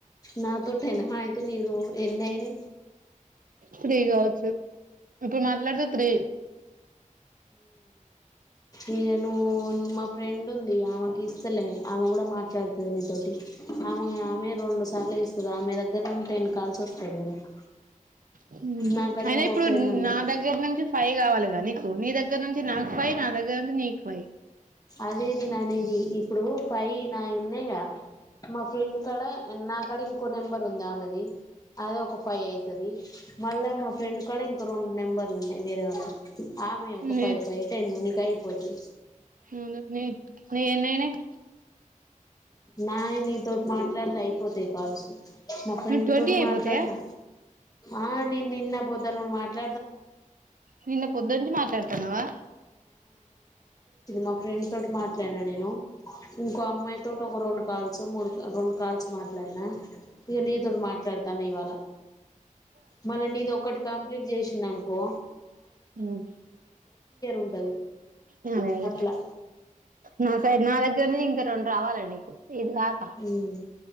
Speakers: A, on the left; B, on the right.
A: నాతోటేన అయితే నీది నువ్వు ఎన్నైయినయ్
B: త్రీ కావచ్చు ఇప్పుడు మాట్లాడితే త్రీ
A: ఇక నువ్వు మా ఫ్రెండ్ ఉంది ఆమెకి ఇస్తలే ఆమె కూడా మాట్లాడుతది నీతోటి ఆమె ఆమె రెండు సార్లు చేస్తది ఆమె దగ్గర నుండి టెన్ కాల్స్ వస్తాయి లే నీకు
B: ఉ
A: నాకాడ
B: అయినా
A: ఇంకో
B: ఇప్పుడు
A: ఫ్రెండ్ ఉంది
B: నా దగ్గ దగ్గర నుంచి ఫైవ్ కావాలిగా నీకు నీ దగ్గ నుంచి నా ఫైవ్ నా దగ్గర నీకు ఫైవ్
A: అదే నేను అనేది ఇప్పుడు ఫైవ్ నా ఉన్నాయిగా మా ఫ్రె ఫ్రెండ్ కాడ నాకాడ ఇంకో నెంబర్ ఉంది ఆమెది అదె ఒక ఫైవ్ అయితది మళ్ళా మా ఫ్రెండ్ కూడా ఇంకో రెండు నెంబర్లు ఉన్నాయి వేరే వాళ్ళ ఆమె ఒక
B: నీ
A: ఫైవ్ ఫైవ్ టెన్ నీకు అయిపోతది
B: ముందు నీ నీవెన్నైనాయ్
A: నాయి నీ తోట్ మాట్లాడితే అయిపోతాయ్ కాల్స్ మా ఫ్రెండ్
B: నువ్వు ట్వంటీ
A: తోటి
B: అయిపోతాయా
A: మాట్లాడినా ఆ నిన్ను నిన్న పో <unintelligible> నిన్న
B: నిన్న పొద్దునుంచి మాట్లాడుతున్నావా
A: మా ఫ్రెండ్ తోటి మాట్లాడినా నేను ఇంకో అమ్మాయి రెండు కాల్సో మూడు గ రొండు కాల్స్ మాట్లాడినా ఇగ నీతోటి మాట్లాడతాన ఇవాళ మళ్ళ నీది ఒకటి కంప్లీట్ చేసినను కో
B: మ్మ్
A: ఉంటది
B: ఆ అదే
A: అట్లా
B: నా సైడ్ నా దగ్గరది ఇంకా రెండు రావాలండి నీకు ఇది కాక
A: మ్మ్